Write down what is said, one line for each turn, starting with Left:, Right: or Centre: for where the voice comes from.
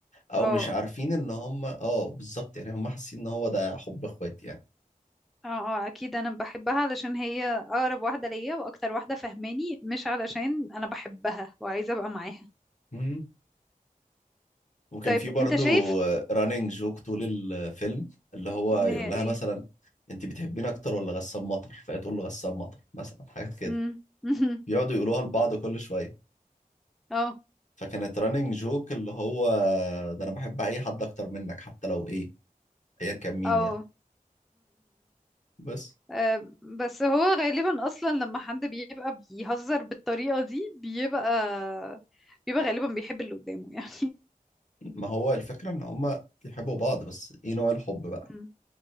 Left: او
Centre: اه
Left: مش عارفين ان هما اه بالظبط يعني هما حاسين ان هو ده حب اخوات يعني
Centre: اه اه اكيد انا بحبها علشان هي اقرب واحدة ليا واكتر واحدة فهماني مش علشان انا بحبها وعايزة ابقى معاها
Left: مم. وكان
Centre: طيب
Left: في
Centre: انت
Left: برضو
Centre: شايف
Left: رانينج جوك طول الفيلم اللي هو
Centre: ان
Left: يقول
Centre: هي
Left: لها
Centre: ايه
Left: مثلا انت بتحبيني اكتر ولا غسان مطر فهي تقول له غسان مطر مثلا حاجات كده
Centre: امم <laughs>
Left: بيقعدوا يقولوها لبعض كل شويه
Centre: اه
Left: فكانت رانينج جوك اللي هو ده انا بحب اي حد اكتر منك حتى لو ايه ايا كان مين
Centre: اه
Left: يعني بس
Centre: آه، بس هو غالبا اصلا لما حد بيبقى بيهزر بالطريقه دي بيبقى بيبقى غالبا بيحب اللي قدامه يعني
Left: ما هو الفكرة إن هما بيحبوا بعض بس إيه نوع الحب بقى؟
Centre: <laughs> مم.